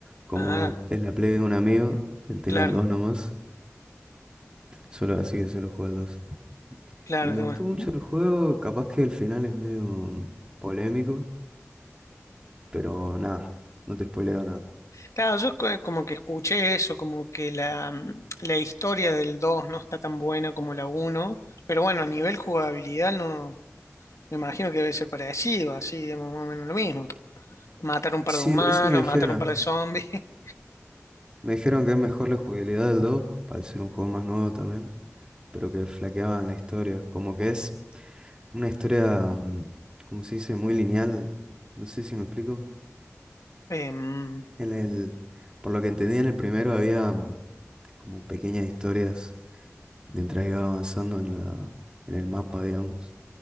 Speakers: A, on the right; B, on the left.
A: Como
B: Ah,
A: es la play de un amigo, él tenía
B: claro,
A: el 2 nomás. Solo así que solo jugué el dos
B: claro,
A: Y me
B: de
A: gustó
B: una.
A: mucho el juego, capaz que el final es medio polémico, pero nada, no te spoileo nada.
B: Claro, yo co- como que escuché eso, como que la, mm, la historia del 2 no está tan buena como la uno, Pero bueno, a nivel jugabilidad no, me imagino que debe ser parecido, así, digamos, más o menos lo mismo. Matar un par
A: Sí,
B: de humanos,
A: eso me dijeron.
B: matar un par de zombies. <laughs>
A: Me dijeron que es mejor la jugabilidad del 2 al ser un juego más nuevo también, pero que flaqueaban la historia. Como que es una historia, mm, como se dice, muy lineal. No sé si me explico.
B: Em,
A: En el, por lo que entendí en el primero había mm, como pequeñas historias mientras iba avanzando en la, en el mapa, digamos.